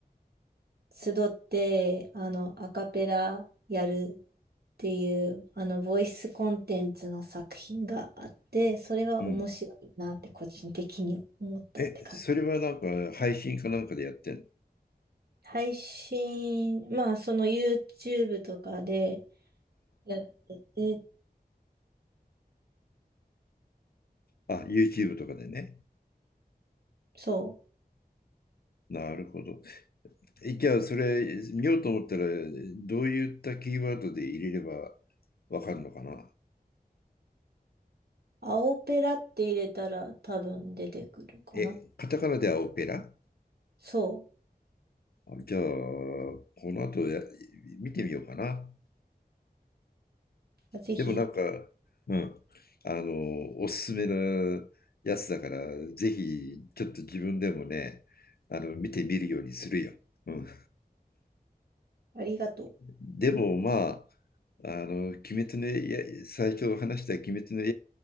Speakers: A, on the right; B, on the left.
A: 集って、あの、アカペラやるっていう、あの、ボイスコンテンツの作品があって、それは面白いなって個人的に思ったって感じ。
B: うん。え、それはなんか配信かなんかでやってんの
A: 配信、まあ、その YouTube とかでやってて、
B: ああ。あ、YouTube とかでね。
A: そ
B: なるほど。えじゃあ、それ見ようと思ったら、どういったキーワードで入れればわかるのかな
A: う、青ペラって入れたら多分出てくるかな。
B: え、カタカナではオペラ
A: そ
B: あじゃあ、この後や見てみようかな。
A: う。ぜひ、
B: でもなんか、うん、あの、おすすめのやつだから、ぜひ、ちょっと自分でもね、あの、見てみるようにするよ。うん。
A: ありがとう。
B: でもまあ、あの、鬼滅の刃、最初話した鬼滅の